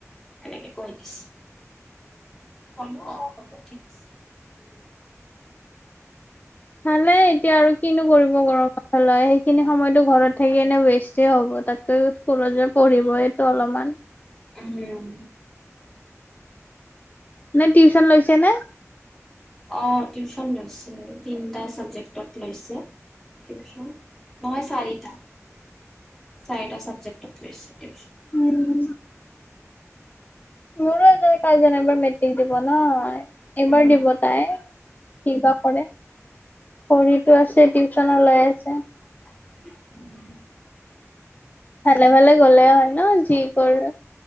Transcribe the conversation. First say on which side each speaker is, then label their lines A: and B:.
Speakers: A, in the centre; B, on the left.
A: এনেকে কৈ দিছ, কলো অ', হ'ব ঠিক আছে।
B: <inaudible> ভালে এতিয়া আৰু কিনো কৰিব <unintelligible> সেইখিনি সময়তো ঘৰত থাকি এনে ৱেষ্টেই হ'ব তাতকৈ <unintelligible> পঢ়িবইটো অলপমান।
A: উম।
B: নে টিউচন লৈছে নে?
A: অ', টিউচন লৈছে, তিনটা চাবজেক্টত লৈছে। টিউচন, নহয় চাৰিটা। চাৰিটা চাবজেক্টত লৈছে টিউছন।
B: উম। মোৰো এজন কাজিন এইবাৰ মেট্ৰিক দিব ন', এইবাৰ
A: উম,
B: দিব। তাই কিবা কৰে, পঢ়িটো আছে টিউচনো লৈ আছে।
A: <inaudible>
B: ভালে-ভালে গলে হয় ন', যি কৰে